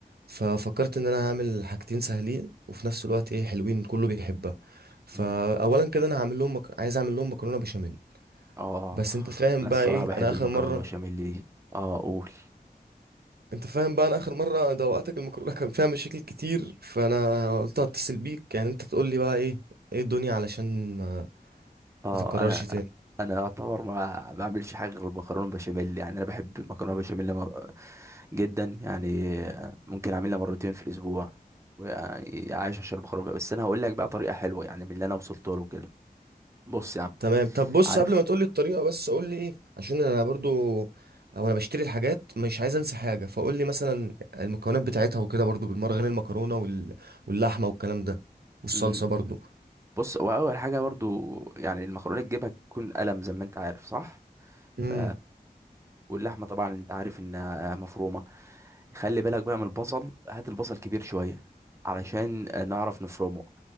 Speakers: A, on the right; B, on the right.
A: ففكرت ان انا هعمل حاجتين سهلين وفي نفس الوقت ايه حلوين كله بيحبها فاولا
B: امم
A: كده انا هعمل لهم مك... عايز اعمل لهم مكرونه بشاميل
B: اه
A: بس انت فاهم
B: انا
A: بقى
B: الصراحه
A: ايه
B: بحب
A: انا اخر
B: المكرونه
A: مره
B: بشاميل دي اه قول
A: انت فاهم بقى انا اخر مره دوقتك المكرونه <laughs> كان فيها مشاكل كتير فانا قلت هتصل بيك يعني انت تقول لي بقى ايه ايه الدنيا علشان ما,
B: اه
A: ما تتكررش
B: انا
A: تاني
B: انا اعتبر ما بعملش حاجه غير المكرونه بشاميل يعني انا بحب المكرونه بشاميل م- جدا يعني ممكن اعملها مرتين في الاسبوع وعايش عشان المكرونه بس انا هقول لك بقى طريقه حلوه يعني من اللي انا وصلت له كده بص يا عم
A: تمام طب بص
B: عارف
A: قبل ما تقولي الطريقة بس قولي ايه عشان انا برضو او انا بشتري الحاجات مش عايز انسى حاجة فقولي مثلا المكونات بتاعتها وكده برضو بالمرة غير المكرونة وال... واللحمة والكلام ده والصلصة
B: مم.
A: برضو
B: بص هو اول حاجه برضو يعني المكرونه تجيبها تكون قلم زي ما انت عارف صح
A: امم
B: ف واللحمه طبعا انت عارف انها مفرومه خلي بالك بقى من البصل هات البصل كبير شويه علشان نعرف نفرمه